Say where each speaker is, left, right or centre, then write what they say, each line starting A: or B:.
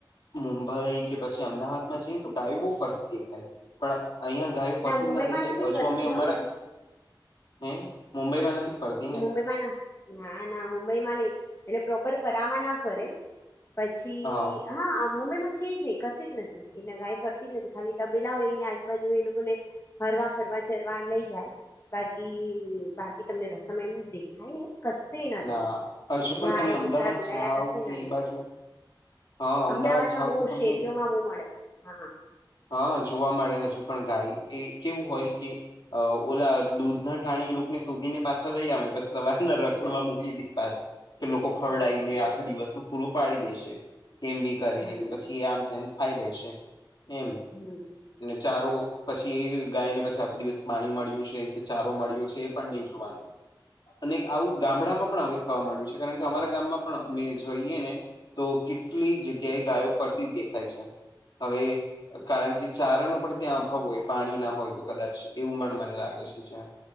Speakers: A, on the left (about 60°); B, on the left (about 35°).
A: મુંબઈ કે પછી અમદાવાદમાં જઈએ તો ગાયું બહુ ફરતી દેખાય પણ અહીિયાયા ગાયો ફરતી
B: મુંબઈમાં
A: જ ના દેખાય
B: નથી
A: હજુ
B: ફરતી
A: અમે અમારા
B: હ
A: હ મુંબઈમાં નથી ફરતા
B: મુંબઈમાં ના ના ના મુંબઈ માં નઈ એટલે પ્રોકર ફરામાં ના ફરે પછી
A: હા
B: હા મુંબઈમાં છે જ ને કશ જ નથી એના ગાય ફરતી જ નથી ખાલી તબેલા હોય એની આજુબાજુ હો એ લોકો ને ફરવા ફરવા ચરવા લઈ જાય બાકી બાકી તમને રસમ એમ દેખાય નેમ કસ ન
A: ના
B: દેખાય
A: હજુ પણ
B: ગાય
A: તમે અમદાવાદ
B: કુતરાા બિલાડડા
A: જાઓ
B: કસે
A: કે
B: ન
A: એ
B: દેખાય
A: બાજુ હા અમદાવાદ
B: અમદાવાદમાં
A: જાવ
B: બહુ
A: તો તમને
B: શેરીઓમાં આવુ મળે હા
A: હા જોવા મળે હજુ પણ ગાય એ કેવું હોય કે ઓલા દૂધ ના ટાણી એ લોકોને શોધી ને પાછા લઈ આવે ને પછ સવાર ના રખડવા મૂકી દ પાછ કે લોકો ખવડીને
B: હા
A: આખા દિવસ ન પૂરું પાડી દેશે કેમ બી કરીને
B: હમ
A: કે પછી એ આમ તેમ ખાઈ લે છે એમ.
B: હમ
A: એટલે ચારો પછી એ ગાયને પછી આખો દિવસ પાણી મળ્યું છે કે ચારો મળ્યો છે એ પણ નહી જોવાનું.
B: <inaudible>
A: અને આવું ગામડામાં પણ હવે થવા માંડ્યું છે કારણ કે અમારા ગામમાં પણ અમે જોઈએ ને તો કેટલીક જગ્યાએ ગાયો ફરતી જ દેખાય છે હવે કારણ કે ચારાનો પણ ત્યાં અભાવ હોય પાણી ના હોય તો કદાચ એવું પણ મને લાગે છે જ્યાં